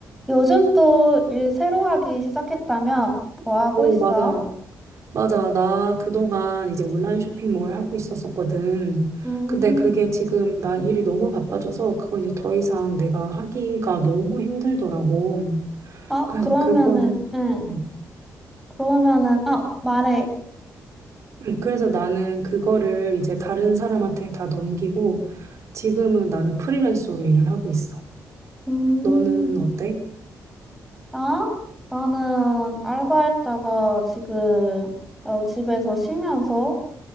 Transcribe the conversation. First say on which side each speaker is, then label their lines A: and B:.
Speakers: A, in the centre; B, on the right.
A: 요즘 또 일 새로 하기 시작했다며? 뭐 하고
B: 어,
A: 있어?
B: 맞아. 맞아. 나 그동안 이제 온라인 쇼핑몰 하고 있었었거든.
A: 음,
B: 근데 그게 지금 나 일이 너무 바빠져서 그건 이제 더 이상 내가 하기가 너무 힘들더라고.
A: 아,
B: 그래서
A: 그러면은,
B: 그거는,
A: 응.
B: 음.
A: 그러면은, 아, 말해.
B: 음, 그래서 나는 그거를 이제 다른 사람한테 다 넘기고 지금은 나는 프리랜서로 일을 하고 있어.
A: 음,
B: 너는 어때?
A: 나? 나는 알바했다가 지금 어, 집에서 쉬면서